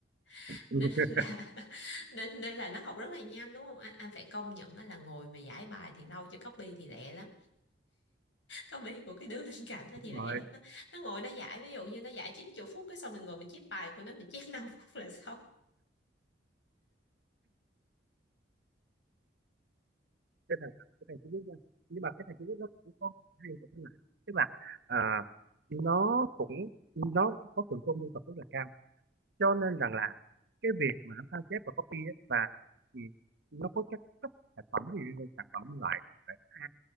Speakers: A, on the left (about 85°); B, on the right (about 65°).
A: <laughs>
B: <laughs>
A: nên là nên nên là nó học rất là nhanh đúng không anh anh phải công nhận nó là ngồi mà giải bài thì lâu chứ copy thì lẹ lắm copy của cái đứa bên cạnh đó
B: đúng
A: thì lẹ
B: rồi
A: lắm đó. nó ngồi nó giải ví dụ như nó giải 90 phút cái xong mình ngồi mình chép bài của nó mình chép năm <laughs> phút là xong
B: cái thằng cái thằng Trung Quốc nha nhưng mà cái thằng Trung Quốc nó cũng có hay một cái là tức là à, nó cũng nó có thượng tôn dân tộc rất là cao cho nên rằng là cái việc mà nó sao chép và copy á, và ừ, nó có các cấp sản phẩm gì như sản phẩm loại loại A,